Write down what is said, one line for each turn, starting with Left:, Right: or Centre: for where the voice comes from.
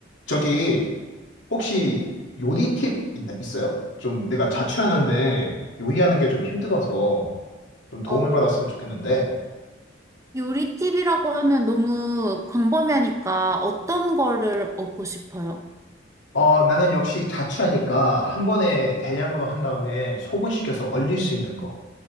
Left: 저기 혹시 요리 팁 있나, 있어요? 좀 내가 자취하는데 요리하는 게 좀 힘들어서 좀 도움을
Right: 어,
Left: 받았으면 좋겠는데
Right: 요리 팁이라고 하면 너무 광범위하니까 어떤 거를 얻고 싶어요?
Left: 어, 나는 역시 자취하니까 한 번에 대량으로 한 다음에 소분시켜서 얼릴 수 있는 거